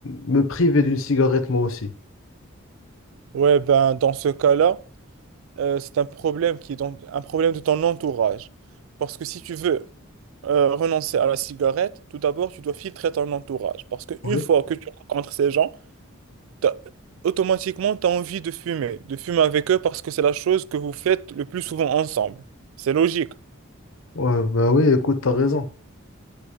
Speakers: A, on the left; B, on the right.
A: me priver d'une cigarette moi aussi.
B: Ouais, ben dans ce cas-là, euh, c'est un problème qui est donc un problème de ton entourage. Parce que si tu veux euh, renoncer à la cigarette, tout d'abord, tu dois filtrer ton entourage. Parce qu'une
A: Oui.
B: fois que tu rencontres ces gens, t'as- automatiquement, tu as envie de fumer, de fumer avec eux parce que c'est la chose que vous faites le plus souvent ensemble. C'est logique.
A: Ouais, bah oui, écoute, t'as raison.